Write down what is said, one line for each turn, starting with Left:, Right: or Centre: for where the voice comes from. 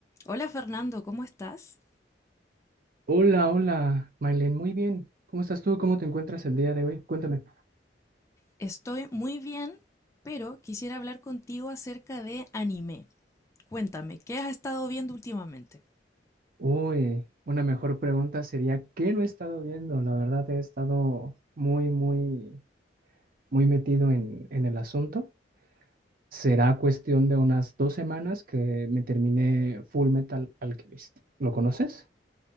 Left: Hola Fernando, ¿cómo estás?
Right: Hola, hola, Mailen, muy bien. ¿Cómo estás tú? ¿Cómo te encuentras el día de hoy? Cuéntame.
Left: Estoy muy bien, pero quisiera hablar contigo acerca de anime. Cuéntame, ¿qué has estado viendo últimamente?
Right: Uy, una mejor pregunta sería, ¿qué no he estado viendo? La verdad, he estado muy, muy, muy metido en, en el asunto. Será cuestión de unas dos semanas que me terminé Full Metal Alchemist. ¿Lo conoces?